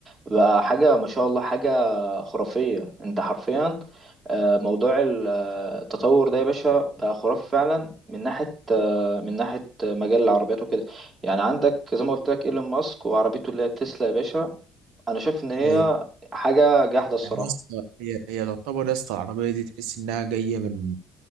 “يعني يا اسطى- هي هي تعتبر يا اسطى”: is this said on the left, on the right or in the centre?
Right